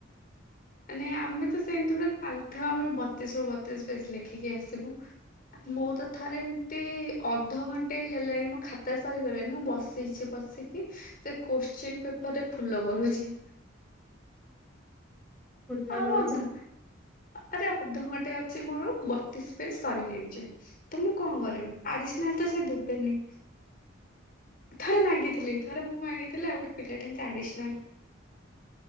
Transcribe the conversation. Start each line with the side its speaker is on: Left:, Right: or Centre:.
Left: ମାନେ ଆମେ ତ ସେମିତି ପରା ଚାଲିଥିବ ଆମର ବତିଶରୁ ବତିଶ ପେଜ୍ ଲେଖିକି ଆସିବୁ। ମୁଁ ତ ଥରେ ଏମିତି ଅଧଘଣ୍ଟେ ହେଲାଣି ମୋ ଖାତା ସରିଗଲାଣି ମୁଁ ବସିଚି ବସିକି ସେ କୋଶ୍ଚିନ୍ ପେପରେ ଫୁଲ କରୁଚି।
Centre: ଫୁଲ
Left: ଆଉ
Centre: କରୁଛ
Left: ଅଦ, ଆରେ ଅଧଘଣ୍ଟେ ଅଛି ମୋର ଡିସ୍ ପେସ ସରିଯାଇଚି ତ ମୁଁ କଣ
Centre: ହଁ
Left: କରିବି ଆଡିଶ୍ନାଲ ତ ସେ ଦେବେନି। ଥରେ ମାଗିଥିଲି ଥରେ ମୁଁ ମାଗିଥିଲି ଆଉ ଗୋଟେ ପିଲାଟେ ଏମିତି ଆଡି୍ଶ୍ନାଲ